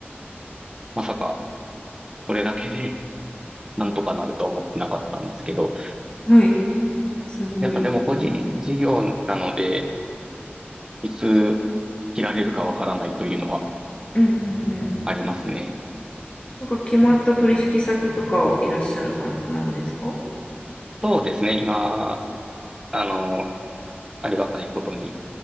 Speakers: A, on the right (about 15°); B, on the left (about 30°).
A: まさか、それだけで <laughs>、なんとかなるとは思ってなかったんですけど、
B: はい。すごい。
A: やっぱでも個人事業なので、いつ切られるかわからないというのは
B: うんうんうん。
A: ありますね。
B: なんか決まった取引先とかをいらっしゃる感じなんですか
A: そうですね。今、あの、ありがたいことに、